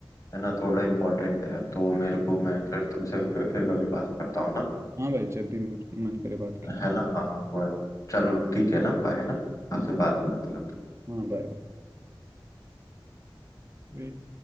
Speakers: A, on the left; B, on the right.
A: है ना थोड़ा इम्पोर्टेंट है तो मेरे को मैं फिर तुमसे फिर, फिर कभी बात करता हूँ ना
B: हाँ भाई जब भी मन मन करे बात कीजिए
A: है ना हाँ थोड़ा चलो ठीक है ना बाय ना आपसे बात बात
B: हाँ बाय बाय